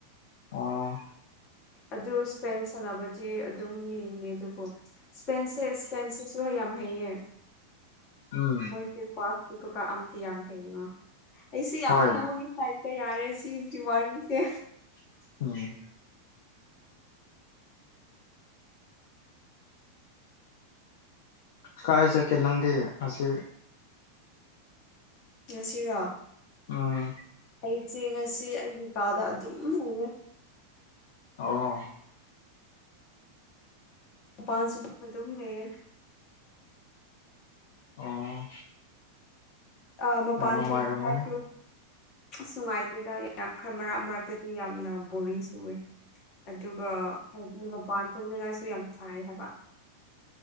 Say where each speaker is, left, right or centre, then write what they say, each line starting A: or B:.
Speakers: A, on the left; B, on the left.
A: ꯑꯣ
B: ꯑꯗꯨ ꯁꯄꯦꯟ ꯁꯥꯟꯅꯕꯗꯤ ꯑꯗꯨꯝ ꯌꯦꯡꯉꯦ ꯑꯗꯨꯕꯨ ꯁꯄꯦꯟꯁꯦ ꯏꯁꯄꯦꯟꯁꯤꯁꯨ ꯌꯥꯝ ꯍꯩꯌꯦ
A: ꯎꯝ
B: ꯍꯣꯏꯁꯦ ꯄꯥꯁ <unintelligible> ꯌꯥꯝ ꯍꯌꯦꯉ ꯑꯩꯁꯦ ꯌꯥꯝ
A: ꯍꯣꯏ
B: ꯈꯪꯕꯒꯤ ꯍꯥꯏꯛꯇ ꯌꯥꯔꯦ ꯁꯤ ꯗꯤ ꯋꯥꯔꯤꯁꯦ
A: <inaudible> ꯀꯥꯏ ꯆꯠꯀꯦ ꯅꯪꯗꯤ ꯑꯁꯤ
B: ꯉꯁꯤꯔꯣ
A: ꯎꯝ
B: ꯑꯩꯁꯦ ꯉꯁꯤ ꯑꯩꯒꯤ ꯀꯥꯗ ꯑꯗꯨꯝ ꯂꯩꯌꯦ
A: ꯑꯣ
B: ꯃꯄꯥꯥꯟꯁꯨ ꯑꯗꯨꯝ ꯂꯩꯌꯦ
A: ꯑꯣ
B: ꯑ ꯃꯄꯥꯟ
A: ꯌꯥꯝ ꯅꯨꯡꯉꯥꯏꯔꯝꯒꯅꯤ
B: ꯊꯣꯛꯉꯥꯏꯁꯤ ꯑꯁ ꯅꯨꯡꯉꯥꯏꯇꯦꯗ ꯌꯥꯝ ꯈꯔ ꯃꯔꯛ ꯃꯔꯛꯇꯗꯤ ꯌꯥꯝꯅ ꯕꯣꯔꯤꯡꯁꯨꯏ ꯑꯗꯨꯒ ꯍꯥꯏꯗꯤ ꯃꯄꯥꯟ ꯊꯣꯛꯅꯤꯡꯉꯥꯏꯁꯨ ꯌꯥꯝ ꯁꯥꯏ ꯍꯥꯏꯕ